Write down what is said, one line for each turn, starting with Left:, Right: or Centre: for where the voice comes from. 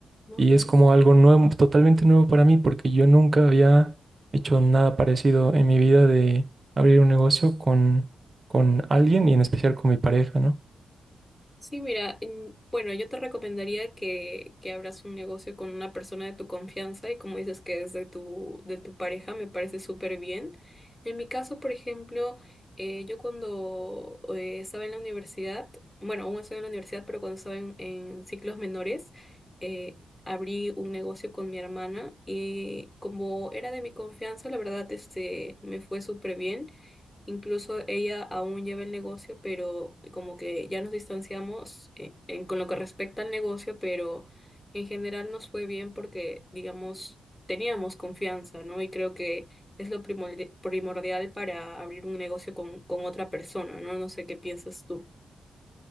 Left: ok.
Right: y es como algo nuevo, totalmente nuevo para mí, porque yo nunca había hecho nada parecido en mi vida de abrir un negocio con, con alguien y en especial con mi pareja, ¿no?
Left: Sí, mira, mm, bueno, yo te recomendaría que, que abras un negocio con una persona de tu confianza y como dices que es de tu, de tu pareja, me parece súper bien. En mi caso, por ejemplo, eh, yo cuando eh, estaba en la universidad, bueno, aún estoy en la universidad, pero cuando estaba en, en ciclos menores, eh, abrí un negocio con mi hermana y como era de mi confianza, la verdad, este, me fue súper bien. Incluso ella aún lleva el negocio, pero como que ya nos distanciamos eh, en- con lo que respecta al negocio, pero en general nos fue bien porque, digamos, teníamos confianza, ¿no? Y creo que es lo primordi- primordial para abrir un negocio con, con otra persona, ¿no? No sé qué piensas tú.